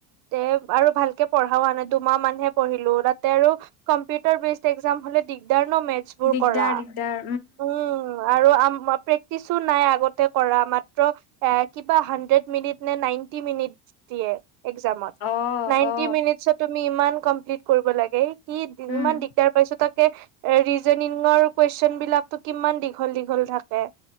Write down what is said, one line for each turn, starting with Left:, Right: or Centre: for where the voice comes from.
Right: তে আৰু ভালকে পঢ়াও হ নাই দুমাহ মানহে পঢ়িলো। তাতে আৰু কম্পিউটাৰ ব্ৰীজ এক্সাম হলে দিকদাৰ ন মেথচ- তোৰ
Left: দিগদাৰ
Right: কৰা
Left: দিগদাৰ
Right: উম। আৰু আম মই প্ৰেক্টিছো নাই আগতে কৰা মাত্ৰ- এ কিবা হানড্ৰেড মিনিট নে নাইনটি মিনিট দিয়ে। এক্সামত
Left: অ
Right: নাইনটি
Left: অ
Right: মিনিট চত- তুমি ইমান কমপ্লিট কৰিব লাগে সি
Left: উম
Right: ইমান দিগদাৰ পাইছো তাকে- এ ৰিজনিঙৰ কুৱেচন বিলাকো কিমান দীঘল দীঘল থাকে।